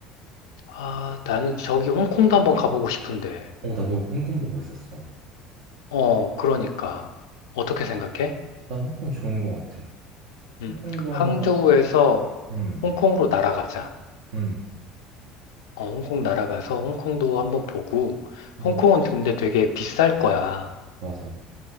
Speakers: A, on the left; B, on the right.
A: 아, 나는 저기 홍콩도 한번 가보고 싶은데.
B: 어, 나도 홍콩 보고 있었어.
A: 어, 그러니까. 어떻게 생각해?
B: 나 홍콩 좋은 거 같아.
A: 음,
B: 홍콩도
A: 항저우에서
B: 한번, 음,
A: 홍콩으로 날아가자.
B: 음,
A: 어, 홍콩 날아가서 홍콩도 한번 보고
B: 음,
A: 홍콩은 근데 되게 비쌀 거야.
B: 맞아.